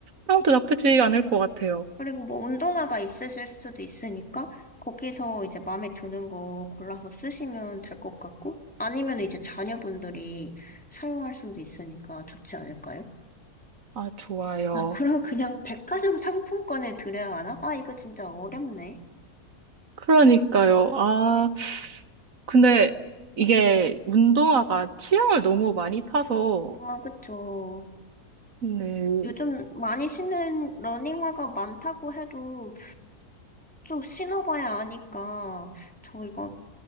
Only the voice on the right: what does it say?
아무도 나쁘지 않을 것 같아요.
아, 좋아요.
그러니까요. 아, 근데 이게 운동화가 취향을 너무 많이 타서,
네,